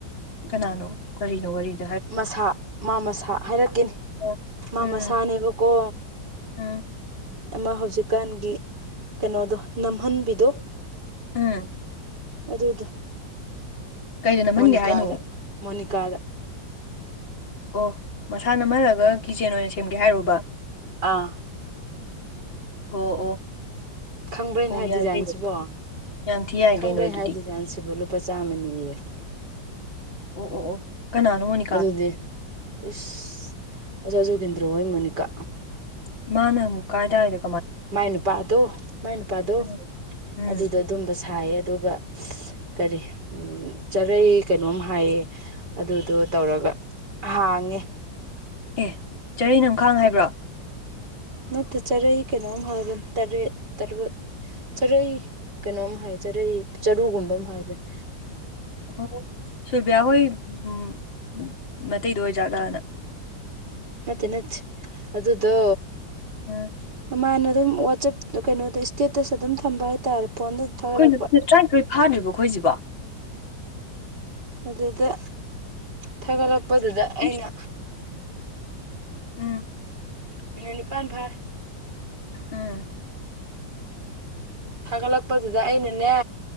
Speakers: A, on the left; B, on the right.
A: ꯀꯅꯥꯅꯣ ꯀꯔꯤꯅꯣ ꯋꯥꯔꯤꯅꯣ
B: ꯃꯁꯥ ꯃꯥ ꯃꯁꯥ ꯍꯥꯏꯔꯛꯀꯅꯤ
A: ꯑꯣ
B: ꯃꯥ
A: ꯎꯝ
B: ꯃꯁꯥꯅꯦꯕꯀꯣ
A: ꯎꯝ
B: ꯑꯃ ꯍꯧꯖꯤꯛꯀꯥꯟꯒꯤ ꯀꯩꯅꯣꯗꯣ ꯅꯝꯍꯟꯕꯤꯗꯣ
A: ꯎꯝ
B: ꯑꯗꯨꯗ ꯑꯗꯨ
A: ꯀꯩꯗ ꯅꯝꯍꯟꯒꯦ
B: ꯃꯣꯅꯤꯀꯗ
A: ꯍꯥꯏꯅꯣ
B: ꯃꯣꯅꯤꯀꯗ
A: ꯑꯣ ꯃꯁꯥ ꯅꯝꯍꯜꯂꯒ ꯀꯤꯆꯦꯟ ꯑꯣꯏꯅ ꯁꯦꯝꯒꯦ ꯍꯥꯏꯔꯨꯕ
B: ꯑꯥ
A: ꯑꯣ ꯑꯣ
B: ꯈꯪꯕ꯭ꯔꫭ ꯑꯩ
A: ꯑꯣ
B: ꯍꯥꯏ
A: ꯌꯥꯏ
B: ꯗꯤꯖꯥꯏꯟꯁꯤꯕꯣ
A: ꯀꯩꯅꯣ ꯌꯥꯝ ꯊꯤ ꯌꯥꯏ
B: ꯈꯪꯕ꯭ꯔꫭ
A: ꯀꯩꯅꯣ ꯑꯗꯨꯗꯤ
B: ꯑꯩ ꯍꯥꯏ ꯗꯤꯖꯥꯏꯟꯁꯤꯕꫭ ꯂꯨꯄꯥ ꯆꯥꯝꯃꯅꯤꯌꯦ
A: ꯑꯣ ꯑꯣ ꯑꯣ ꯀꯅꯥꯅꯅꯤ
B: ꯑꯗꯨꯗꯤ ꯏꯁ ꯑꫭꯖꯥ ꯖꯨꯒꯤꯟꯗ꯭ꯔꯣ ꯍꯣꯏ ꯃꯣꯅꯤꯀꯥ
A: ꯃꯥꯅꯃꯨ ꯀꯥꯗꯥꯏꯗ
B: ꯃꯥꯏ ꯅꯨꯄꯥꯗꯣ ꯃꯥꯏ ꯅꯨꯄꯥꯗꯣ
A: ꯎꯝ ꯎꯝ
B: ꯑꯗꯨꯗ ꯑꯗꯨꯝꯕ ꯁꯥꯏꯌꯦ ꯑꯗꯨꯒ ꯀꯔꯤ ꯎ ꯆꯔꯩ ꯀꯩꯅꯣꯝ ꯍꯥꯏꯌꯦ ꯑꯗꯨꯗꯣ ꯇꯧꯔꯒ ꯍꯥꯡꯉꯦ
A: ꯑꯦ ꯆꯥꯔꯩ ꯅꯝꯈꯥꯡ ꯍꯥꯏꯕ꯭ꯔꯣ
B: ꯅꯠꯇꯦ ꯆꯔꯩ ꯀꯩꯅꯣꯝ ꯍꯥꯏꯕ ꯇꯔꯦ ꯇꯔ ꯆꯔꯩ ꯀꯩꯅꯣꯝ ꯍꯥꯏ ꯆꯔꯩ ꯆꯔꯨꯒꯨꯝꯕ ꯑꯃ ꯍꯥꯏꯕꯅꯦ
A: ꯑꯣ ꯁꯤꯜꯕꯤꯌꯥ ꯍꯣꯏ ꯎꯝ ꯃꯇꯇꯩꯗꯣ ꯑꯣꯏꯖꯥꯠꯂꯅ
B: ꯅꯠꯇꯦ ꯅꯠ ꯑꯗꯨꯗꯣ
A: ꯎꯝ
B: ꯃꯥꯅ ꯑꯗꯨꯝ ꯋꯥꯆꯞ ꯀꯩꯅꯣꯗ ꯏꯁꯇꯦꯠꯇꯁ ꯑꯗꯨꯝ ꯊꯝꯕ ꯍꯥꯏꯇꯥꯔꯦ ꯐꯣꯟꯗ ꯊꯥꯒꯠꯂꯛꯄ
A: ꯑꯩꯈꯣꯏ ꯅꯨꯄꯤ ꯇꯔꯥꯅꯤꯊꯣꯏ ꯐꯥꯗ꯭ꯔꯤꯕ ꯑꯩꯈꯣꯏꯁꯤꯕꯣ
B: ꯑꯗꯨꯗ ꯊꯥꯒꯠꯂꯛꯄꯗꯨꯗ ꯑꯩꯅ
A: ꯏꯁ ꯎꯝ
B: ꯃꯤꯅꯠ ꯅꯤꯄꯥꯟ ꯐꯔꯦ
A: ꯎꯝ
B: ꯊꯥꯒꯠꯂꯛꯄꯗꯨꯗ ꯑꯩꯅꯅꯦ